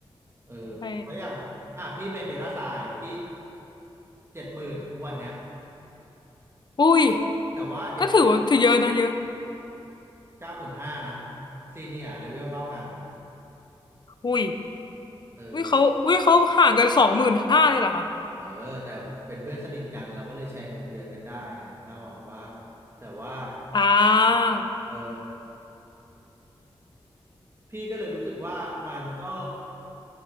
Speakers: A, on the right; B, on the left.
A: เออเพราะอย่างอ่ะพี่เป็น
B: ไป
A: Data Science พี่เจ็ดหมื่นทุกวันเนี้ย
B: อุ้ย
A: แต่ว่าเดฟออก
B: ก็ถือว่าถือเยอะนะเยอะ
A: เก้าหมื่นห้านะซีเนียร์เลเวลเท่ากัน
B: อุ้ย
A: เออ
B: อุ้ยเขาอุ้ยเขาห่างกันสองหมื่นห้าเลยเหรอคะ
A: เออแต่เป็นเพื่อนสนิทกันเราก็เลยแชร์เงินเดือนกันได้ไงนึกภาพออกว่าแต่ว่า
B: อ่า
A: เออพี่ก็เลยรู้สึกว่ามันก็